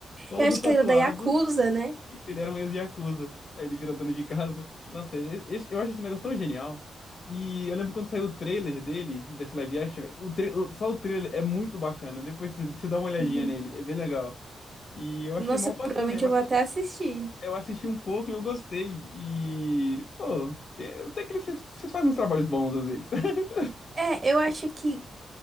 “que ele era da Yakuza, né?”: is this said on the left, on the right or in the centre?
Right